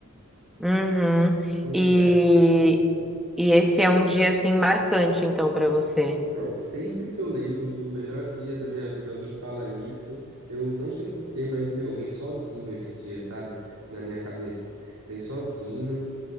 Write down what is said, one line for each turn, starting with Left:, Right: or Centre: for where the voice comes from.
Centre: Uhum.
Right: Pois
Centre: E,
Right: é.
Centre: e esse é um dia assim marcante, então, para você.
Right: Não, sempre que eu lembro do melhor dia da minha vida, alguém fala isso, eu não sei por quê, mas, meu, vem sozinho esse dia, sabe? Na minha cabeça. Vem sozinho,